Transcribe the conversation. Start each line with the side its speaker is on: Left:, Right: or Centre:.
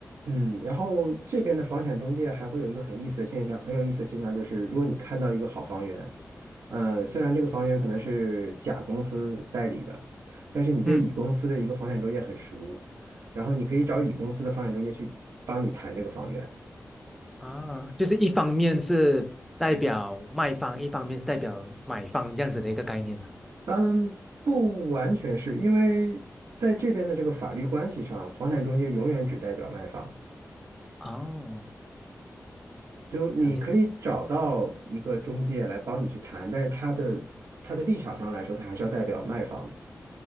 Right: 嗯，然后这边的房产中介还会有一个很意思的现象，很有意思的现象就是，如果你看到一个好房源，呃，虽然这个房源可能是甲公司代理的，但是你对乙公司的一个房产中介很熟，
Centre: 嗯，
Right: 然后你可以找乙公司的房产中介去帮你谈这个房源。
Centre: 啊，就是一方面是代表卖方，一方面是代表买方这样子的一个概念呢、
Right: 嗯不完全是因为在这边的这个法律关系上，房产中介永远只代表卖方。
Centre: 哦，
Right: 就你可以找到一个中介来帮你去谈，
Centre: 了解，
Right: 但是他的他的立场上来说，他还是要代表卖方的。